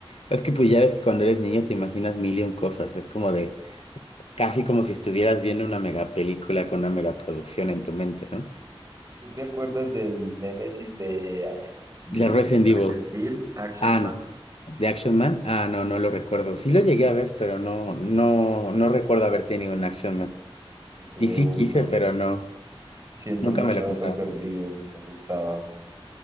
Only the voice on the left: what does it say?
Es que pues ya ves que cuando eres niño te imaginas mil y un cosas. Es como de, casi como si estuvieras viendo una mega película con una mega producción en tu mente, ¿no?
The Resident
Evil.
Ah,
no. The Action Man. Ah, no, no lo recuerdo. Sí lo llegué a ver, pero no, no, no recuerdo haber tenido un Action Man.
Y sí
quise, pero no,
nunca
me lo
compraron.